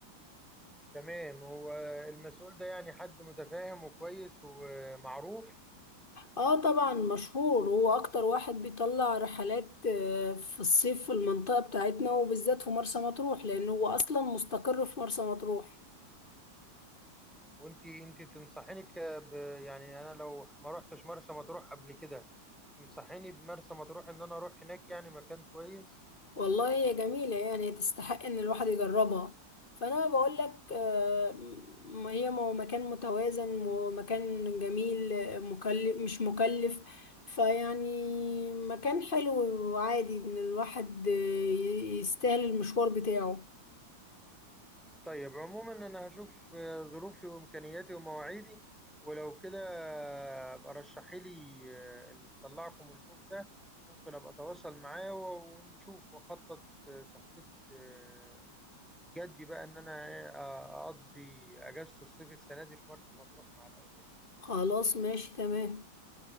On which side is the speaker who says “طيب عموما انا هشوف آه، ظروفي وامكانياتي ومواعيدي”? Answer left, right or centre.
Centre